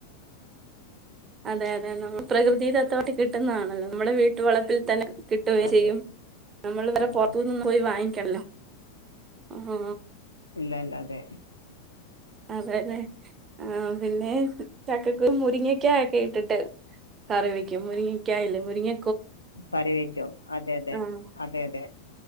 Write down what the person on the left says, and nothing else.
അതെ
ആഹ്
ഇല്ല ഇല്ല അതെ
മ് പറയ് <unintelligible> അതെ
അത്